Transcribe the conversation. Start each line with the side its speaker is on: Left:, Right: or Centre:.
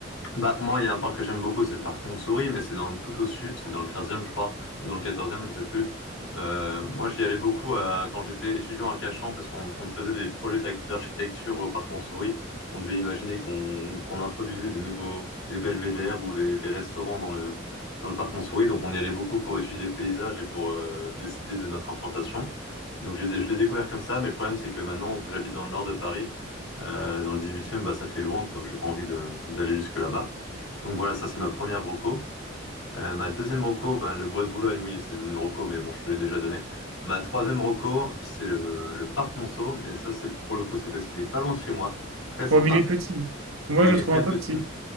Left: Bah, moi, il y a un parc que j'aime beaucoup, c'est le parc Montsouris, mais c'est dans tout au sud, c'est dans le quinzième je crois, ou dans le quatorzième je sais plus. Euh, moi, j'y allais beaucoup à- quand j'étais étudiant à Cachan, parce qu'on on faisait des projets d'ac- d'architecture au parc Montsouris. On devait imaginer qu'on qu'on introduisait des nouveaux, des belvédères ou des, des restaurants dans le, dans le parc Montsouris. Donc, on y allait beaucoup pour étudier le paysage et pour euh, décider de notre implantation. Donc, j'ai, dé- je l'ai découvert comme ça, mais le problème, c'est que maintenant que j'habite dans le nord de Paris, euh, dans le 18e, bah, ça fait loin, quoi. J'ai pas envie de, d'aller jusque là-bas. Donc voilà, ça c'est ma première reco. Euh, ma deuxième reco, bah, le bois de Boulogne, oui, c'est une reco, mais bon, je te l'ai déjà donné. Ma troisième reco, c'est le, le parc Monceau, mais ça c'est pour le coup, c'est parce qu'il est pas loin de chez moi, c'est très sympa,
Right: Bon, mais il est petit. Moi,
Left: et
Right: je
Left: il
Right: le
Left: est
Right: trouve
Left: très
Right: un peu
Left: petit.
Right: petit.